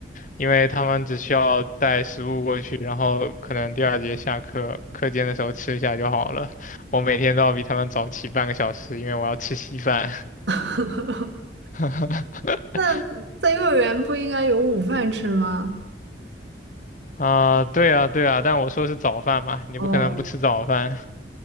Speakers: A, on the left; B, on the right.
A: 因为他们只需要带食物过去，然后可能第二节下课课间的时候吃一下就好了。我每天都要比他们早起半个小时，因为我要吃稀饭。
B: <laughs>
A: <laughs>
B: 那在幼儿园不应该有午饭吃吗？
A: 啊，对啊，对啊，但我说是早饭嘛，你不可能不吃早饭，
B: 哦，